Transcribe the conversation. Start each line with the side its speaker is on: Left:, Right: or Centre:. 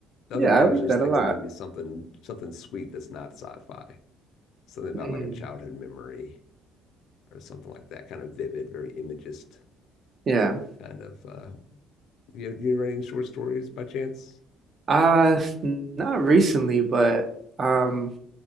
Left: The
Right: Yeah,
Left: other way
Right: I like
Left: I was just
Right: that
Left: thinking
Right: a lot.
Left: maybe something something sweet that's not sci-fi. Something about
Right: Mm.
Left: like a childhood memory or something like that, kind of vivid, very imagist
Right: Yeah.
Left: kind of uh you you writing short stories by chance?
Right: Uh, not recently, but um,